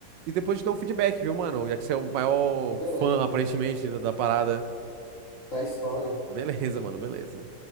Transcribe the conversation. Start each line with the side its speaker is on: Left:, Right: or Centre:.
Right: e depois te dou um feedback, viu, mano? Já que você é o maior
Left: beleza,
Right: fã,
Left: beleza.
Right: aparentemente, da da parada.
Left: Da história.
Right: Beleza, mano, beleza.